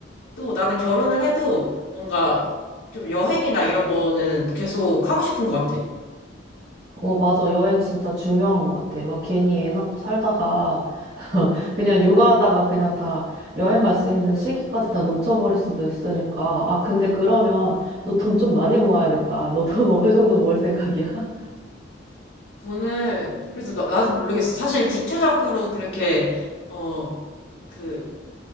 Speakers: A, on the left; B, on the right.
A: 또 나는 결혼을 해도 뭔가 좀 여행이나 이런 거는 계속 하고 싶은 것 같아.
B: 어, 맞아. 여행 진짜 중요한 것 같아. 막 괜히 애 낳고 살다가 <laughs> 그냥
A: 음,
B: 육아하다가 그냥 다 여행 갈 수 있는 시기까지 다 놓쳐버릴 수도 있으니까. 아, 근데 그러면 너 돈 좀 많이 모아야겠다. 너 돈 어느 정도 모을 생각이야?
A: 돈을, 그래서 나, 도 모르겠어. 사실 구체적으로 그렇게, 어, 그,